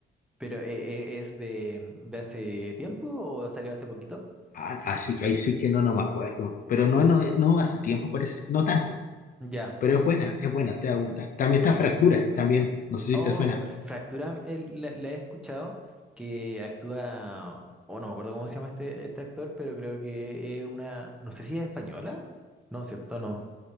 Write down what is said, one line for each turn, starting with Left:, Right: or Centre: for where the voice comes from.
Centre: Pero eh, eh, ¿es de, de hace tiempo o salió hace poquito?
Left: Ah, así que ahí sí que no, no me acuerdo. Pero no, no, no hace tiempo parece, no tanto.
Centre: Ya.
Left: Pero es buena, es buena, te va a gustar.
Centre: M-
Left: También
Centre: mi-
Left: está Fractura, también, no sé
Centre: Oh,
Left: si te suena.
Centre: Fra- Fractura eh, la, la he escuchado, que actúa, oh, no me acuerdo cómo se llama este, este actor, pero creo que es una, no sé si es española. No, ¿cierto? No.